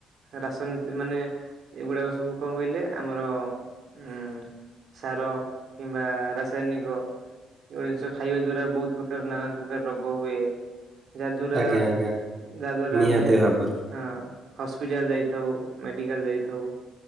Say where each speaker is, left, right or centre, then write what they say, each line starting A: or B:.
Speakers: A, on the right (about 65°); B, on the right (about 35°).
A: ରାସନୀତି ମାନେ ଏଇଗୁଡାକ ସବୁ କଣ କହିଲେ ଆମର ଉଁ ସାର କିମ୍ବା ରାସାୟନିକ। ଏଗୁଡ଼ା ଜିନିଷ ଖାଇବା ଦ୍ଵାରା ବହୁତ ପ୍ରକାର ନାନା ପ୍ରକାର ରୋଗ ହୁଏ। ଯାହାଦ୍ୱାରା
B: ଆଜ୍ଞା ଆଜ୍ଞା
A: ଯାହା ଦ୍ୱାରା
B: ନିହାତି
A: ଆମେ
B: ଭାବରେ।
A: ହଁ ହସ୍ପିଟାଲ ଯାଇଥାଉ। ମେଡିକାଲ ଯାଇଥାଉ